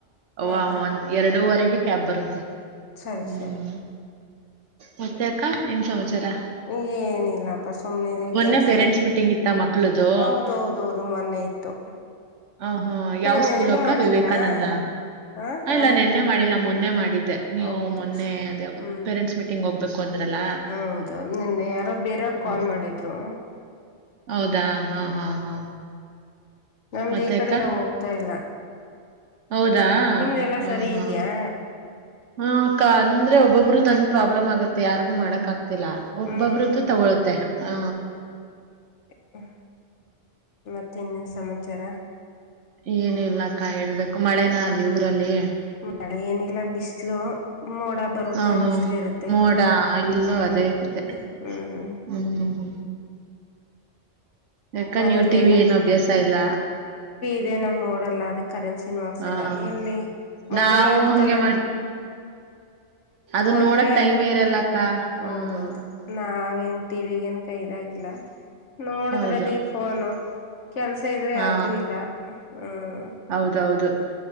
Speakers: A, on the right; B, on the left.
A: ಒ
B: ಹಾ ಹಾ
A: ಎರಡೂುವರೆಗೆ ಕ್ಯಾಬ್ ಬರುತ್ತೆ
B: ಸರಿ
A: ಹ್ಮ್
B: ಸರಿ
A: ಮತ್ತೆ ಅಕ್ಕ ನಿಮ್ ಸಮಾಚಾರ
B: ಏನಿಲ್ಲಪ್ಪ ಸುಮ್ನೆ ಇದ
A: ಮೊನ್ನೆ
B: ಕೆಲ್ಸ
A: ಪೇರೆಂಟ್ಸ್
B: ಯ್ತ್
A: ಮೀಟಿಂಗ್ ಇತ್ತ ಮಕ್ಳದು
B: ಹೌದೌದೌದು ಮೊನ್ನೆ ಇತ್ತು
A: ಹ ಹಾ
B: ಮೊನ್ನೆ
A: ಯಾವ್ ಸ್ಕೂಲ್
B: ನೆನೇನು
A: ಅಕ್ಕ
B: ಮಾಡಿದ್ರಾ
A: ವಿವೇಕಾನಂದ
B: ಹ ಹಾ
A: ಇಲ್ಲ ನೆನ್ನೆ ಮಾಡಿಲ್ಲ ಮೊ ಮಾಡಿದ್ದ ನೀವು
B: ಹೌದು
A: ಮೊನ್ನೆ
B: ಸರಿ
A: ಅದ
B: ಹ್ಮ್
A: ಪೇರೆಂಟ್ಸ್ ಮೀಟಿಂಗ್ ಹೋಗ್ಬೇಕು ಅಂದ್ರಲ್ಲ
B: ಹೌದು ನನ್ನ ಯಾರೋ ಬೇರೆ
A: ಹಾ.
B: ಕಾಲ್ ಮಾಡಿದ್ರು
A: ಹೌದಾ ಹಾ ಹಾ ಹಾ
B: ನಮ್ದು
A: ಮತ್ತೆ
B: ಈ ಕಡಿಂದ
A: ಅಕ್ಕ
B: ಹೋಗ್ತಾ ಇಲ್ಲ
A: ಹೌದಾ
B: ನಿಮ್ದಲ್ಲ
A: ಹಾ
B: ಸರಿ
A: ಹಾ
B: ಇದ್ಯಾಾ
A: ಹಾ ಅಕ್ಕ ಅಂದ್ರೆ ಒಬ್ಬೊಬ್ಬರುದ ಹಂ್ ಪ್ರಾಬ್ಲಮ್ ಆಗತ್ತೆ ಯಾರಿಗು ಮಾಡಕ್ ಆಗ್ತಿಲ್ಲ ಒಬ್ಬೊಬ್ರದ್ದು
B: ಹ್ಮ್
A: ತಗೊಳುತ್ತೆ ಆ
B: ಹ್ಮ ಮತ್ತೆ ಇನ್ನನ್ ಸಮಾಚಾರ
A: ಏನ ಇಿಲ್ಲಾಕ್ಕ ಹೇಳ್ಬೇಕು ಮಳೆನ ಅಲ್ಲಿ ಊರಲ್ಲಿ
B: ಮಳೆಯಏನಲ ಬಿಸಿಸಲು ಮೋಡ ಬರುತ್ತೆ
A: ಹಾ ಹಾ
B: ಬಿಸಿಲಿ ಇರುತ್ತೆ
A: ಮೋಡ ಇಲ್ಲೂ
B: ಹ್ಞ
A: ಅದೇ ಕತೆ
B: ಹ್ಞೂ ಹ
A: ಹ್ಮ್ ಯಾಕ
B: ಮನೇಲೆಲ್ಲ
A: ನೀವು ಟಿವ ವಿ ಏನು ಅಭ್ಯಾಸ ಇಲ್ಲ
B: ಇದೇ ನಾವು ನೋಡಲ್ಲ ಅದಕ್ಕೆ ಕರೆನ್ಸಿಿನ ಆಾಕ್ಸಲ
A: ಹಾ
B: ಎಲ್ಲಿ ಮೊಬೈಲ
A: ನಾವು
B: ಇರುತ್ತಲ್ಲ
A: ಹಂಗೆ ಅದು ನೋಡಕ್ಟೈಮ್
B: ಅಂದ್ರೆ
A: ಇರಲ್ಲ ಹ್ಮ್
B: ಹೌದೌದು ನಾವ ನ್ ಟಿವಗ ಏನ್ ಕೈಾಗಿಲ್ಲ ನೋಡದ್ರದಿ
A: ಹೌದು
B: ಫೋನು ಕೆಲ್ಸ ಇದ್ರೆ
A: ಹಾ
B: ಯದೂ ಇಲ್ಲ ಹ್ಮ್
A: ಹೌದೌದು